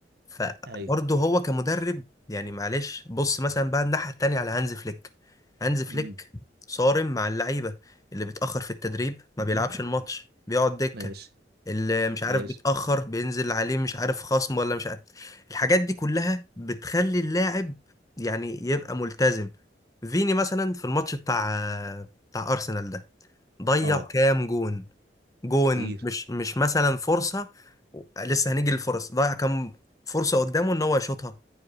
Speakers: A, on the left (about 20°); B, on the right (about 60°).
A: فبرضو
B: ايوه
A: هو كمدرب يعني معلش بص مثلا بقى الناحيه التانيه على هانز فليك هانز فليك
B: امم
A: صارم مع اللعيبه اللي بيتاخر في التدريب ما بيلعبش الماتش بيقعد دكه
B: ماشي
A: اللي مش عارف
B: ماشي
A: بيتأخر بينزل عليه مش عارف خصم ولا مش عارف الحاجات دي كلها بتخلي اللاعب يعني يبقى ملتزم فيني مثلا في الماتش بتاع بتاع أرسنال ده ضيع
B: اه
A: كام جون جون
B: كتير
A: مش مش مثلا فرصة لسه هنيجي للفرص ضيع كام فرصة قدامه ان هو يشوطها